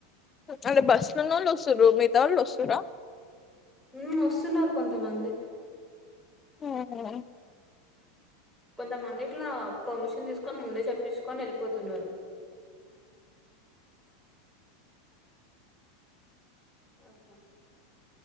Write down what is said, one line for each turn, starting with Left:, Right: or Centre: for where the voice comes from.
Left: అంటే బస్సులున్నోళ్లు వస్సుర్రు మిగతా వాళ్ళు వస్తుండ్రా
Centre: ఊ వొస్తున్నారు కొంతమంది
Left: ఊహూ
Centre: కొంతమంది ఇట్లా పర్మిషన్ తీసుకొని ముందే చెప్పించుకొని వెళ్ళిపోతున్నారు.
Left: <unintelligible>
Centre: అట్లా